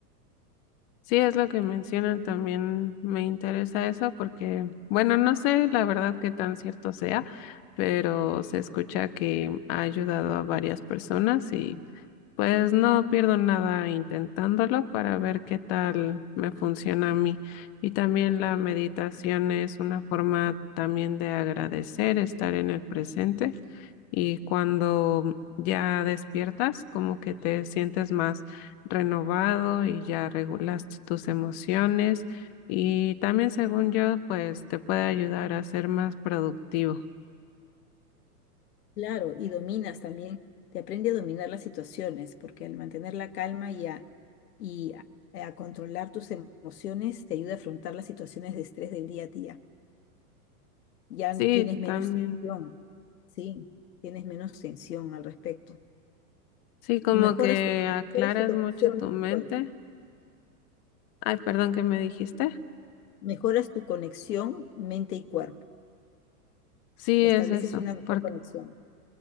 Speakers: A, on the left; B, on the left.
A: Sí, es lo que mencionan, también me interesa eso porque, bueno, no sé la verdad qué tan cierto sea, pero se escucha que ha ayudado a varias personas Pues no pierdo nada intentándolo para ver qué tal me funciona a mí. Y también la meditación es una forma también de agradecer, estar en el presente. Y cuando ya despiertas, como que te sientes más renovado y ya regulaste tus emociones. Y también, según yo, pues te puede ayudar a ser más productivo.
B: Claro, y dominas también, te aprende a dominar las situaciones, porque al mantener la calma y a, y a a controlar tus emociones, te ayuda a afrontar las situaciones de estrés del día a día. Ya
A: Sí,
B: tienes menos
A: también.
B: tensión, sí, tienes menos tensión al respecto.
A: Sí, como
B: Mejoras
A: que
B: tu,
A: aclaras
B: mejoras tu conexión
A: mucho tu
B: en
A: mente
B: tu cuerpo.
A: Ay, perdón, ¿qué me dijiste?
B: Mejoras tu conexión mente y cuerpo.
A: Sí,
B: Estableces
A: es eso,
B: una mejor
A: porque
B: conexión.